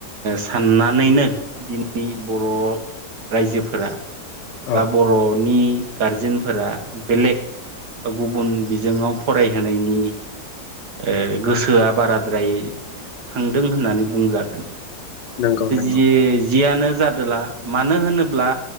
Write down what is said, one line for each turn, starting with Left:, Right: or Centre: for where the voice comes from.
Right: साननानैनो दिनै बर' रायजोफोरा
Left: औ
Right: बा बर'नि गारजेनफोरा बेलेग बा गुबुन बिजोङाव फरायहोनायनि ओ गोसोआ बाराद्राय थांदों होननानै बुंजागोन।
Left: नंगौ नंगौ
Right: जि जियानो जादोला मानो होनोब्ला